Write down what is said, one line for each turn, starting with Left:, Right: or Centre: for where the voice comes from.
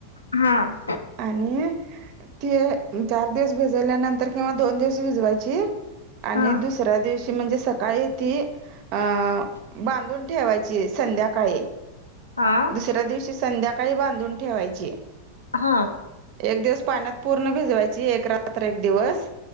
Left: हां.
Right: आणि ते चार दिवस भिजल्यानंतर, किंवा दोन दिवस भिजवायची. आणि
Left: हा
Right: दुसऱ्या दिवशी म्हणजे सकाळी ती अं बांधून ठेवायची संध्याकाळी.
Left: हां.
Right: दुसऱ्या दिवशी संध्याकाळी बांधून ठेवायची.
Left: हां.
Right: एक दिवस पाण्यात पूर्ण भिजवायची, एक रात्र एक दिवस.